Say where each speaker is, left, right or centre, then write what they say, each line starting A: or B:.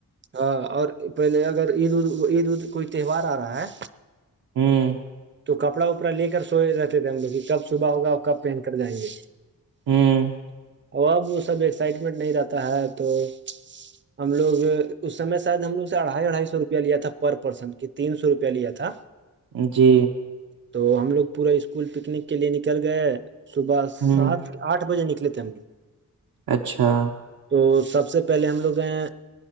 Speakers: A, on the right; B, on the right.
A: ہاں اور پہلے اگر عید عید ا کوئی تہوار آ رہا ہے
B: ہوں
A: تو کپڑا وپڑا لے کر سوئے رہتے تھے ہم لوگ کب صبح ہوگا اور کب پہن کر جائیں گے
B: ہوں
A: اب اب وہ سب ایکسائٹمنٹ نہیں رہتا ہے تو ہم لوگ اس سمے شاید ہم لوگ سے اھائی اڑھائی سو روپیہ لیا تھا پر پرسن تین سو روپیہ لیا تھا
B: جی
A: تو ہم لوگ پورا اسکول پکنک کے لیے نکل گئے صبح
B: ہوں
A: سات آٹھ بجے نکلے تھے ہم لوگ
B: اچھا
A: تو سب سے پہلے ہم لوگ ہیں